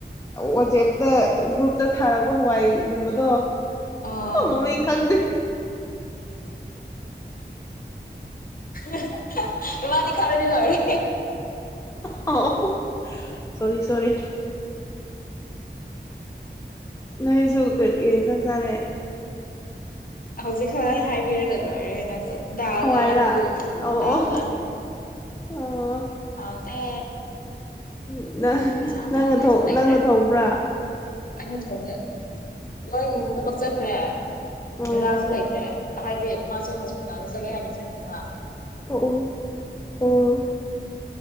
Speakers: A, on the left; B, on the left.
A: ꯋꯥꯆꯦꯞꯇ ꯒ꯭ꯔꯨꯞ꯫ ꯇ ꯊꯥꯔꯛꯄ ꯍꯋꯥꯏꯒꯨꯝꯕꯗꯣ
B: ꯑꯣ
A: ꯃꯃꯤꯡ ꯈꯪꯗꯦ꯫
B: ꯫ ꯏꯕꯅꯤ ꯀꯪꯉꯥꯗꯤ ꯂꯣꯢꯔꯦ꯫
A: ꯑ꯫ ꯁꯣꯔꯤ-ꯁꯣꯔꯤ꯫ ꯅꯣꯏꯁꯨ ꯀꯔꯤ ꯌꯦꯟꯁꯥꯡ ꯆꯥꯔꯦ꯫
B: ꯍꯧꯖꯤꯛ ꯈꯥꯏ ꯍꯥꯏꯕꯤꯔꯒ꯫ ꯂꯣꯏꯔꯦ ꯅꯪꯁꯨ ꯗꯜꯒ
A: ꯍꯋꯥꯏꯔꯥ
B: ꯑꯂꯨꯒ
A: ꯑꯣ
B: ꯗꯜꯒ
A: ꯑꯣ
B: ꯑꯂꯨꯒ꯫
A: ꯑꯣ꯫
B: ꯍꯥꯎꯇꯦ
A: ꯅꯪ
B: ꯏꯟꯁꯥꯡ
A: ꯅꯪꯅ
B: ꯊꯣꯡꯅꯤꯉꯥꯏꯁꯨ ꯂꯩꯇ꯭ꯔꯦ꯫
A: ꯅꯪꯅ ꯊꯣꯡꯕ꯭ꯔꯥ
B: ꯑꯩꯅ ꯊꯣꯡꯉꯦ꯫ ꯂꯣꯏꯟ
A: ꯎꯝ
B: ꯊꯕꯛ ꯆꯠꯈ꯭ꯔꯦ
A: ꯑꯣ
B: ꯗꯥꯥꯗꯥꯁꯨ ꯂꯩꯇ꯭ꯔꯦ ꯍꯥꯏꯗꯤ ꯃꯥꯁꯨ ꯍꯣꯁꯄꯤꯇꯥꯜꯗ ꯆꯠꯀꯦ ꯍꯥꯏꯅ ꯆꯠ꯫ ꯀꯩꯕ꯫
A: ꯑꯣ ꯑꯣ ꯎꯝ꯫